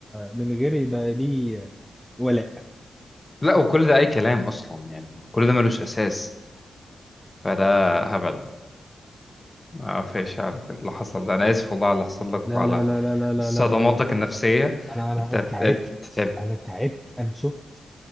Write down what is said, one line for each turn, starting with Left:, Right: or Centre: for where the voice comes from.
Centre: من غير يبقى ليه ولاء
Left: لا وكل ده اي كلام اصلا يعني كل ده ملوش اساس فده هبل ما فيش على اللي حصل ده انا اسف والله على اللي حصل لك
Centre: لا
Left: وعلى
Centre: لا لا لا لا لا
Left: صدماتك
Centre: لا لا لا.
Left: النفسيه
Centre: انا انا
Left: انت
Centre: تعبت
Left: انت تعبت.
Centre: انا تعبت انا شفت